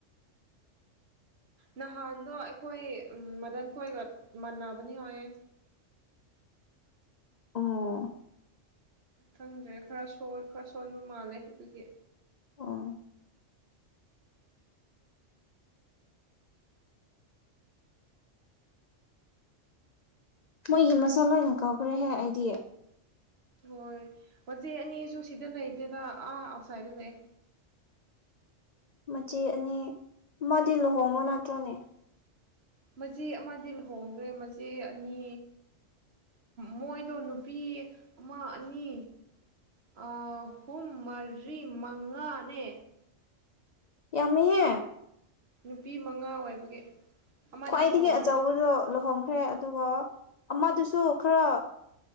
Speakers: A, on the right; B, on the left.
A: ꯅꯍꯥꯟꯗꯣ ꯑꯩꯈꯣꯏ ꯃꯗꯟ ꯈꯣꯏꯒ ꯃꯅꯕꯅꯤ ꯍꯥꯏꯌꯦ
B: ꯑꯥ
A: ꯈꯪꯗ꯭ꯔꯦ ꯈꯔ ꯁꯣꯏ ꯈꯔ ꯁꯣꯟꯕ ꯃꯥꯜꯂꯦ ꯑꯩꯈꯣꯏꯒꯤ
B: ꯑ ꯃꯣꯏꯒꯤ ꯃꯁꯥ ꯂꯣꯏꯅ ꯀꯥꯎꯈ꯭ꯔꯦꯍꯦ ꯑꯩꯗꯤ
A: ꯍꯣꯏ ꯃꯆꯦ ꯑꯅꯤꯁꯨ ꯁꯤꯗ ꯂꯩꯇꯦꯗ ꯑꯥ ꯑꯥꯎꯠꯁꯥꯏꯗꯠꯇ ꯂꯩ
B: ꯃꯆꯦ ꯑꯅꯤ ꯃꯥꯗꯤ ꯂꯨꯍꯣꯡꯕꯣ ꯅꯠꯇ꯭ꯔꯣꯅꯦ
A: ꯃꯆꯦ ꯑꯃꯗꯤ ꯂꯨꯍꯣꯡꯗ꯭ꯔꯦ ꯃꯆꯦ ꯑꯅꯤ ꯃꯣꯏꯗꯣ ꯅꯨꯄꯤ ꯑꯃ ꯑꯅꯤ ꯑꯍꯨꯝ ꯃꯔꯤ ꯃꯉꯥꯅꯦ
B: ꯌꯥꯃꯤꯍꯦ
A: ꯅꯨꯄꯤ ꯃꯉꯥ ꯑꯣꯏꯕꯒꯤ ꯑꯃꯗꯤ
B: ꯈ꯭ꯋꯥꯏꯗꯒꯤ
A: ꯂꯨꯍꯣꯡꯈ꯭ꯔꯦ
B: ꯑꯆꯧꯕꯗꯣ ꯂꯨꯍꯣꯡ ꯍꯦ꯫ ꯑꯗꯨꯒ ꯑꯃꯗꯨꯁꯨ ꯈꯔ